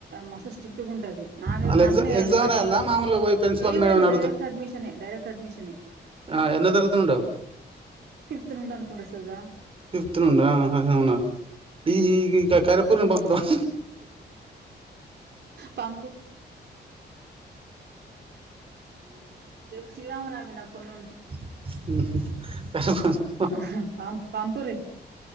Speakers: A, on the right; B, on the right.
A: మస్త్ స్టిక్టుగా ఉంటది నాకైతే
B: వాళ్ళ
A: దాంట్లో
B: ఎగ్జామ్
A: వేయాలి
B: ఎగ్జామ్
A: అని పడ్డది
B: రాయాలనా
A: పో
B: మామూలుగా పోయి ప్రిన్సిపాల్
A: ఏం
B: మేడంని
A: లేదు డైరెక్ట్ అడ్మిషన్ ఎ డైరక్ట్ అడ్మిషన్ ఎ
B: ఆ ఎన్నో తరగతినుండో
A: <unintelligible> అనుకుంట వస్తదా
B: ఫిఫ్త్ నుండా అవునా ఈ కరపూరని పంపుదాం
A: పంపు రేపు శ్రీరామ నవమి నాకు కొన్ను
B: హ్మ్ హు
A: ఆహ పంపురి